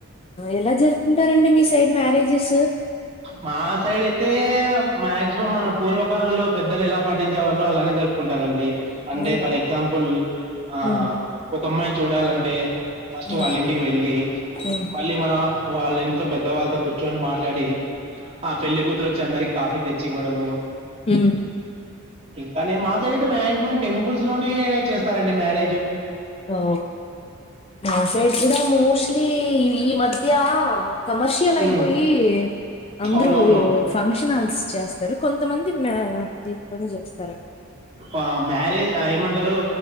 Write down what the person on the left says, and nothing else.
ఎలా జరుపుతుంటారండి మీ సైడ్ మ్యారేజెస్
అవునా
మ్మ్.
ఆ
ఆ,
ఉమ్
ఓ మా సైడ్ కూడా మోస్ట్లీ ఈ మధ్య కమర్షియల్ అయిపోయి
అందరూ
ఫంక్షన్ హాల్ చేస్తారు కొంతమంది మ్యా దీంట్లోనే చేస్తారు